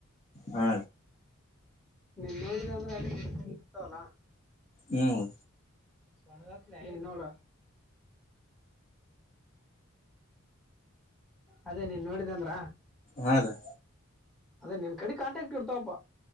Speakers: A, on the left; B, in the centre.
A: ಹ್ಮ
B: ನೀನ್ ನೋಡಿದ ಅಂದ್ರೆ ಅಲ್ಲಿ ಇಗ್ತವಲ್ಲಾ
A: ಹ್ಮ್
B: ಸ್ಣ ನವರ ಅದೇ ನೀನ್ ನೋಡಿದಂದ್ರ
A: ಹಾ ರೀ
B: ಅದೇ ನಿನ್ ಕಡೆ ಕಂಟ್ಯಾಕ್ಟ್ ಇಡ್ತಾವಪ್ಪಾ